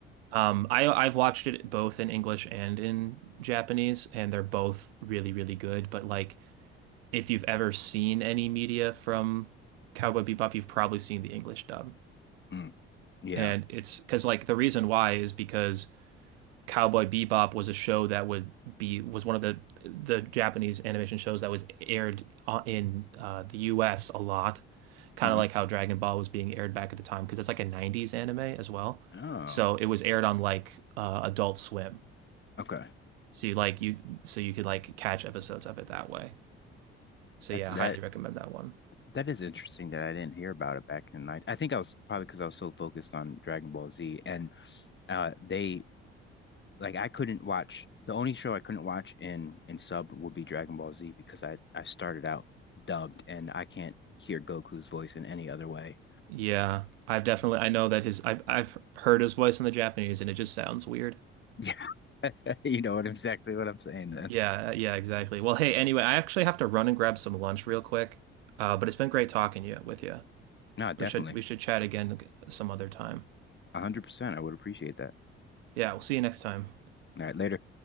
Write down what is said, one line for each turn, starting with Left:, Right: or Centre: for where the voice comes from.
Right: Um, I I've watched it both in English and in Japanese, and they're both really, really good. But like if you've ever seen any media from Cowboy Bebop, you've probably seen the English dub.
Left: Mm, yeah.
Right: And it's because like the reason why is because Cowboy Bebop was a show that would be was one of the the Japanese animation shows that was aired on- in uh, the US a lot, kind
Left: hmm
Right: of like how Dragon Ball was being aired back at the time because it's like a 90s anime as well.
Left: Oh,
Right: So it was aired on like uh, Adult Swim.
Left: okay.
Right: So you like you so you could like catch episodes of it that way. So
Left: That's
Right: yeah,
Left: that.
Right: highly recommend that one.
Left: That is interesting that I didn't hear about it back in the night. I think I was probably because I was so focused on Dragon Ball Z, and uh, they like I couldn't watch the only show I couldn't watch in in sub would be Dragon Ball Z because I I started out dubbed and I can't hear Goku's voice in any other way.
Right: Yeah, I've definitely I know that his I've I've heard his voice in the Japanese and it just sounds weird.
Left: Yeah, <laughs> you know what exactly what I'm saying then.
Right: Yeah, yeah, exactly. Well, hey, anyway, I actually have to run and grab some lunch real quick. Uh, but it's been great talking to you with you.
Left: No, definitely.
Right: We should we should chat again some other time.
Left: 100%. I would appreciate that.
Right: Yeah, we'll see you next time.
Left: All right, later.